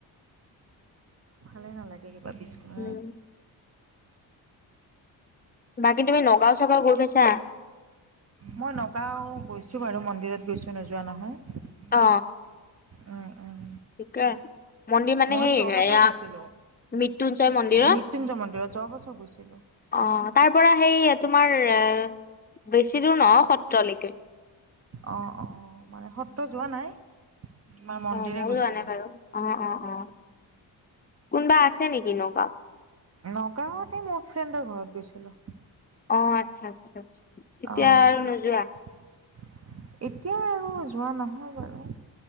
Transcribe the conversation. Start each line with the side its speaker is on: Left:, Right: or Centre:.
Right: ভালে নালাগে কিবা বিছু উ <inaudible>
Left: উম, বাকী তুমি নগাঁও চগাঁও গৈ পাইছা।
Right: মই নগাঁও গৈছোঁ বাৰু মন্দিৰত, গৈছোঁ নোযোৱা নহয়
Left: অ
Right: উম উম
Left: ঠিকেই মন্দিৰ মানে
Right: মই
Left: সেই
Right: যোৱা বছৰ
Left: এয়া
Right: গৈছিলো
Left: মৃত্যুঞ্জয় মন্দিৰত
Right: মৃত্যুঞ্জয় মন্দিৰত যোৱা বছৰ গৈছিলো।
Left: অ তাৰ পৰা সেই তোমাৰ এ বেছি দূৰ নহ সত্ৰলৈকে
Right: অ অ মানে সত্ৰ যোৱা নাই তোমাৰ মন্দিৰে
Left: অ ময়ো
Right: গৈছিলোঁ।
Left: যোৱা নাই বাৰু অ অ অ কোনোবা আছে নেকি নগওত
Right: নগাঁৱতে মোৰ ফ্ৰেণ্ডৰ ঘৰত গৈছিলো।
Left: অ আচ্ছা আচ্ছা আচ্ছা। এতিয়া
Right: অঁ
Left: আৰু নোযোৱা
Right: এতিয়া আৰু যোৱা নহয় বাৰু-